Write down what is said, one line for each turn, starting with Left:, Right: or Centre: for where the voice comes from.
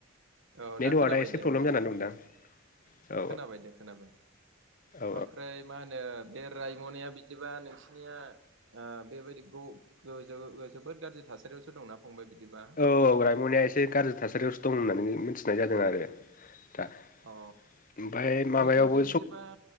Right: औ
Left: नेटवार्कआ
Right: दा खोनाबाय
Left: एसे
Right: दे
Left: प्रब्लेम
Right: मोजां
Left: जानानै
Right: खोनाबाय
Left: दंदां औ
Right: खोनाबाय दे खोनाबाय
Left: औ
Right: ओमफ्राय ओ बे रायमनाया बिदिबा नोंसिनिया ओ बेबायदिखौ <inaudible> जोबोद गाज्रि थासारियावसो दंना फंबाय बिदिबा
Left: औ रायमनाया एसे गाज्रि थासारियावसो दं होननानै मिथि <inaudible> नाय जादों आरो दा--ओमफाय
Right: अ
Left: माबायावबो
Right: नोंसिनिथिं बिदिबा